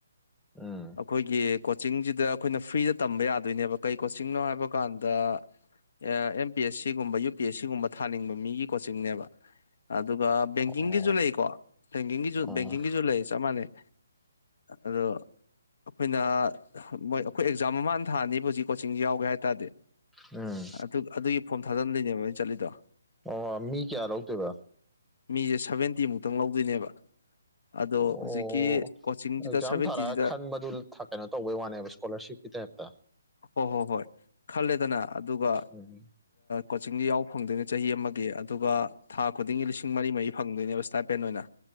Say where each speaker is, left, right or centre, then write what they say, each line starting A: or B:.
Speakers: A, in the centre; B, on the left.
A: ꯎꯝ
B: ꯑꯩꯈꯣꯏꯒꯤ ꯀꯣꯆꯤꯡꯁꯤꯗ ꯑꯩꯈꯣꯏꯅ ꯐ꯭ꯔꯤꯗ ꯇꯝꯕ ꯌꯥꯗꯣꯏꯅꯦꯕ ꯀꯩ ꯀꯣꯆꯤꯡꯅꯣ ꯍꯥꯏꯕ ꯀꯥꯟꯗ ꯑꯦꯝ ꯄꯤ ꯑꯦꯁ ꯁꯤꯒꯨꯝꯕ ꯌꯨ ꯄꯤ ꯑꯦꯁ ꯁꯤꯒꯨꯝꯕ ꯊꯥꯅꯤꯡꯕ ꯃꯤꯒꯤ ꯀꯣꯆꯤꯡꯅꯦꯕ ꯑꯗꯨꯒ ꯕꯦꯡꯀꯤꯡꯒꯤꯁꯨ
A: ꯑꯣ
B: ꯂꯩꯀꯣ ꯕꯦꯡꯀꯤꯡꯒꯤꯁꯨ
A: ꯑꯣ
B: ꯕꯦꯡꯀꯤꯡꯒꯤꯁꯨ ꯂꯩ ꯆꯞ ꯃꯥꯟꯅꯩ ꯑꯗꯨꯗꯣ ꯑꯩꯈꯣꯏꯅ ꯃꯣꯏ ꯑꯩꯈꯣꯏ ꯑꯦꯛꯖꯥꯝ ꯑꯃ ꯍꯥꯟ ꯊꯥꯅꯤꯕ ꯍꯧꯖꯤꯛ ꯀꯣꯆꯤꯡꯁꯤ ꯌꯥꯎꯒꯦ ꯍꯥꯏ ꯇꯥꯔꯗꯤ
A: ꯎꯝ
B: ꯑꯗꯨ ꯑꯗꯨꯒꯤ ꯐꯣꯟꯝ ꯊꯥꯗꯟꯗꯣꯏꯅꯦꯕ ꯅ ꯆꯠꯂꯤꯗꯣ
A: ꯑꯣ ꯃꯤ ꯀꯌꯥ ꯂꯧꯗꯣꯏꯕ
B: ꯃꯤꯁꯦ ꯁꯚꯦꯟꯇꯤ ꯃꯨꯛꯇꯪ ꯂꯧꯗꯣꯏꯅꯦꯕ ꯑꯗꯣ ꯍꯧꯖꯤꯛꯀꯤ
A: ꯑꯣ
B: ꯀꯣꯆꯤꯡꯁꯤꯗ
A: ꯑꯦꯛꯖꯥꯝ
B: ꯁꯚꯦꯟꯇꯤꯁꯤꯗ
A: ꯊꯥꯔꯛꯑ ꯈꯟꯕꯗꯨ ꯀꯩꯅꯣ ꯇꯧꯕꯩ ꯋꯥꯅꯦꯕ ꯏꯁꯀꯣꯂꯥꯔꯁꯤꯞꯀꯤꯇꯪ ꯍꯥꯏ
B: ꯍꯣꯏ ꯍꯣꯏ ꯍꯣꯏ ꯈꯜꯂꯦꯗꯅ ꯑꯗꯨꯒ
A: ꯎꯝ
B: ꯀꯣꯆꯤꯡꯁ ꯌꯥꯎꯕ ꯐꯪꯗꯣꯏꯅꯦ ꯆꯍꯤ ꯑꯃꯒꯤ ꯑꯗꯨꯒ ꯊꯥ ꯈꯨꯗꯤꯡꯒꯤ ꯂꯤꯁꯤꯡ ꯃꯔꯤ ꯃꯔꯤ ꯐꯪꯗꯣꯏꯅꯦꯕ ꯏꯁꯇꯥꯏꯄꯦꯟ ꯑꯣꯏꯅ